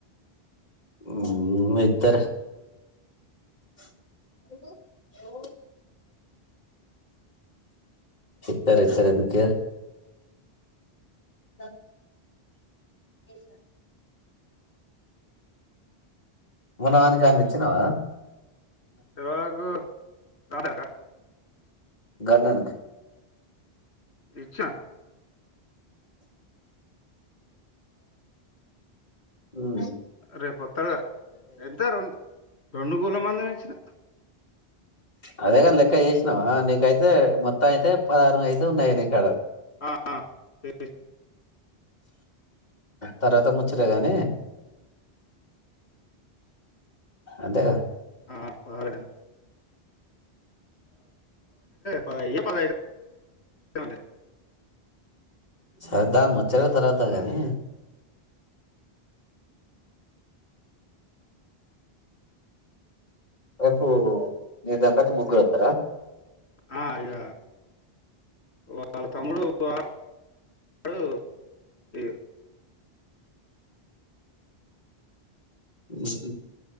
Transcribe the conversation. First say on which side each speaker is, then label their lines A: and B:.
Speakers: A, on the left; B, on the left.
A: హ్మ్ ఇత్తరు ప్చ్ అదిగో ఓ ఇత్తరు ఇత్తరు ఎందుకియరు సబ్ ఏషినా వనానికని ఇచ్చినావా
B: ఎవళకు రాడానికా
A: గన్ననికి
B: ఇచ్చా
A: హ్మ్
B: రేపోత్తారుగా ఎంత రెండు రెండు కూళ్ళ మంది చ
A: అదే కాని లెక్క చేసినా నీకైతే మొత్తం అయితే పదహారు అయితే ఉన్నాయి నీకాడ
B: ఆహ <inaudible>
A: తర్వాత ముచ్చగానీ అదేగా
B: ఆ పాడి పా యేయ్యొ పదైదో ఉంది
A: సదా చర తర్వాత గాని
B: ఆ
A: రేపు నిదంటకు ముగ్గురత్తర
B: ఆ ఇగ వాళ్ళ తమ్ముడు వా వాడు ఇగ
A: ఉమ్